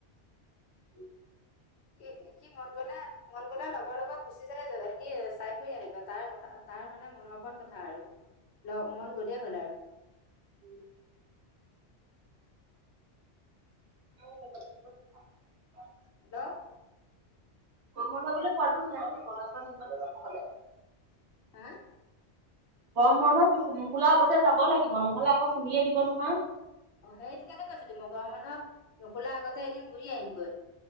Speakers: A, on the right; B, on the left.
A: <inaudible>
B: সি সি মন গলে, মন গলে লগৰ লগত গুচি যায়। হেৰি চাই কৰি আহি গে তাৰ কথা। তাৰ মানে মনৰ ওৰত কথা আৰু মন গ'লেই হ'ল আৰু।
A: <unintelligible> <unintelligible>
B: হেল্লও।
A: গৰম বন্ধ বুলি ফুৱাটো নাই। <unintelligible>
B: হা?
A: গৰম বন্ধ নোখোলা আগতে যাব লাগিব। নহলে আকৌ খুলিয়ে দিব নহয়।
B: অ সেইটোকেটো কৈছোটো মই। গৰম বন্ধ নুখোলা আগতে এদিন ঘূৰি আহিমগৈ।